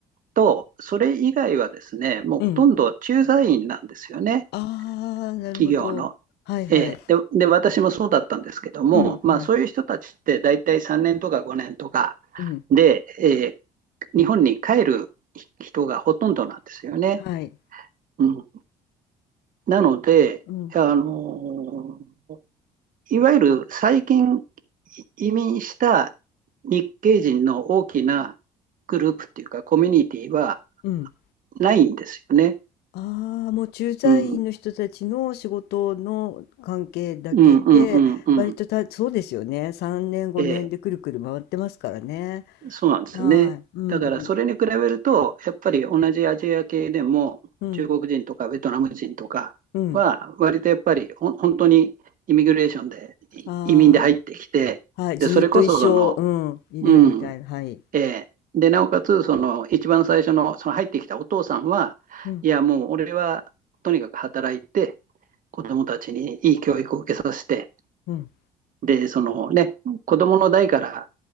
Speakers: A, on the right (about 40°); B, on the left (about 50°).
A: と、それ以外はですね、もうほとんど駐在員なんですよね。
B: うん。ああ、なるほど。
A: 企業の。
B: はいはい。
A: ええ、で、で、私もそうだったんですけども、
B: うんうん。
A: まあ、そういう人たちって大体3年とか5年とか
B: うん、
A: で、ええ日本に帰る人がほとんどなんですよね。
B: はい。
A: うん、なので、
B: うん、
A: あのいわゆる最近移民した日系人の大きなグループっていうかコミュニティは
B: うん。
A: ないんですよね。
B: ああ、もう駐在員の人たちの仕事の関係だけで、
A: うん、うん、うん、うん、うん。
B: 割とた、そうですよね。3年、5年でくるくる回ってますからね。
A: ええそうなんですね。
B: はい。うんうん。
A: だからそれに比べると、やっぱり同じアジア系でも、
B: うん。
A: 中国人とかベトナム人とかは、
B: うん。
A: 割とやっぱりほん本当にイミグレーションで、い移民で入ってきて、
B: ああ、はい。
A: で、
B: ずーっと一生、
A: それこそその、
B: うん、いるみたいな。
A: うん、
B: はい。
A: えーで、なおかつ、その一番最初の、その入ってきたお父さんは、
B: うん。
A: いや、もう俺はとにかく働いて、子供たちにいい教育を受けさせて、
B: うん。
A: で、そのね、子供の代から